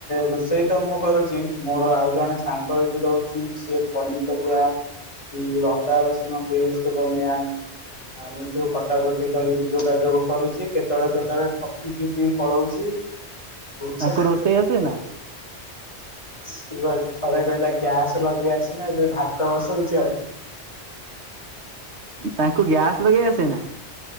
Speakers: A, on the left (about 30°); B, on the right (about 75°).
A: ରୋଷେଇ ତ ମୁଁ କରୁଛି, ମୋର ଆଉ ଜଣେ ସାଙ୍ଗ ଏଠି ରହୁଛି, ସିଏ ପନିପରିବା କି ରଦା ରସୁଣ ପେଷ୍ଟ ବନେଇବା ଆ ଏ ସୁ କଟାକଟି କରିକି ଯୋଗାଯୋଗ କରୁଛି, କେତେବେଳେ କେତେବେଳେ ଠକିକି ବି ପଳଉଛି। ଇଚ୍ଛା
B: ତାଙ୍କୁ ରୋଷେଇ ଆସେ ନା?
A: ସିଏ ଥରେ କହିଲା ଗ୍ୟାସ୍ ଲଗେଇ ଆସି ନା ଏବେ ଭାତ ବସଉଛି ଆଉ।
B: ତାଙ୍କୁ ଗ୍ୟାସ୍ ଲଗେଇ ଆସେ ନା?